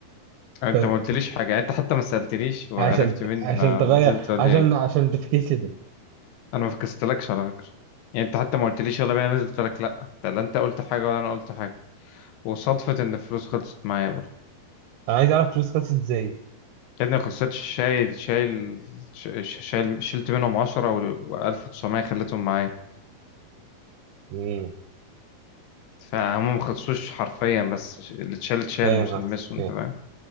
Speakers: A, on the left; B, on the right.
A: يعني
B: ف-
A: انت ما قلتليش حاجة يعني انت حتى ما سألتليش وعرفت
B: عشان
A: مني
B: عشان
A: انا
B: تغير
A: نزلت ولا
B: عشان
A: ايه
B: عشان تفكيس لي ده
A: انا ما فكستلكش على فكرة يعني انت حتى ما قلتليش يلا بينا نزلت لك لا ده لا انت قلت حاجة ولا انا قلت حاجة وصدفة إن الفلوس خلصت معايا برضه
B: انا عايز اعرف فلوس خلصت ازاي
A: يا ابني ما خلصتش شايل شايل ش- ش- شايل شلت منهم عشرة وألف وتسعمية خليتهم معايا
B: مم،
A: فهم ما خلصوش حرفيا بس ش- اللي اتشال اتشال
B: فاهم
A: مش
B: قصدي
A: هلمسه أنت
B: فاهم
A: فاهم